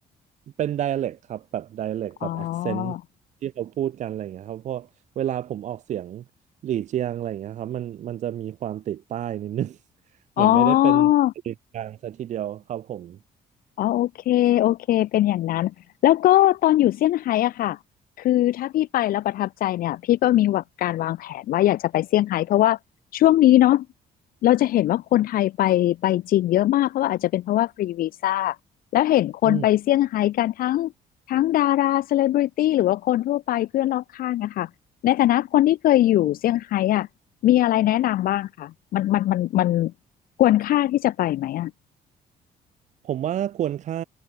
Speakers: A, on the right; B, on the left.
A: เป็น d i อ l e c t ครับ แบบ d i อ l e c t
B: อ๋อ
A: แบบ accent ที่เขาพูดกันอะไรอย่างเงี้ยครับเพราะเวลาผมออกเสียงหลี่เจียงอะไรอย่างเงี้ยครับมันมันจะมีความติดใต้นิดนึง <laughs> เหมือนไม่ได้เป็น
B: อ๋อ
A: กลางซะทีเดียวครับผม
B: อ๋อโอเคโอเคเป็นอย่างนั้นแล้วก็ตอนอยู่เซี่ยงไฮ้อะค่ะคือถ้าพี่ไปแล้วประทับใจเนี่ยพี่ก็มีวางการวางแผนว่าอยากจะไปเซี่ยงไฮ้เพราะว่าช่วงนี้เนาะเราจะเห็นว่าคนไทยไปไปจีนเยอะมากเพราะว่าอาจจะเป็นเพราะว่าฟรีวีซ่าแล้วเห็นคนไปเซี่ยงไฮ้กันทั้ง
A: อืม
B: ทั้งดาราเซเลบริตี้หรือว่าคนทั่วไปเพื่อนรอบข้างอะค่ะในฐานะคนที่เคยอยู่เซี่ยงไฮ้อะมีอะไรแนะนำบ้างคะมันมันมันมันควรค่าที่จะไปไหมอะ
A: ผมว่าควรค่า